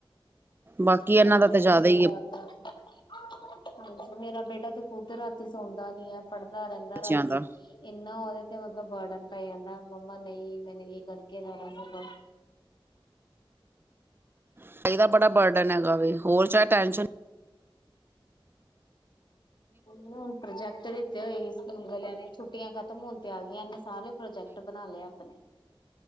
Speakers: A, on the right; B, on the left.
A: ਬਾਕੀ ਇਹਨਾਂ
B: ਸੋਂਦੇ
A: ਦਾ ਤਾਂ ਜ਼ਿਆਦਾ
B: ਨੀ
A: ਹੀ
B: ਰਾਤ
A: ਹੈ
B: ਰਾਤ। ਹਾਂਜੀ ਮੇਰਾ ਬੇਟਾ ਤੇ ਖੁੱਦ ਰਾਤੀ ਸੌਂਦਾ ਨੀ ਹੈ ਪੜ੍ਹਦਾ। ਦਾ ਰਹਿੰਦਾ
A: ਬੱਚਿਆਂ
B: ਰਾਤੀ
A: ਦਾ
B: ਇੰਨਾ ਉਹਦੇ ਤੇ ਮਤਲਬ ਬਰਡਨ ਪੈ ਜਾਂਦਾ। ਮੰਮਾ ਨਹੀਂ ਮੈਨੂੰ ਇਹ ਕਰਕੇ ਜਾਣਾ ਸਗਾ।
A: ਸਾਈ ਦਾ ਬੜਾ ਬਰਡਨ ਹੈਗਾਵੇ ਹੋਰ ਚਾਹੇ ਟੈਨਸ਼ਨ
B: ਹੁਣ ਪ੍ਰੋਜੈਕਟ ਦਿੱਤੇ ਹੋਏ ਲ। ਛੁਟੀਆਂ ਖਤਮ ਹੋਣ ਤੇ ਆ ਗਈਆਂ ਇਹਨੇ ਸਾਰੇ ਪ੍ਰੋਜੈਕਟ ਬਣਾ ਲਏ ਆਪਣੇ।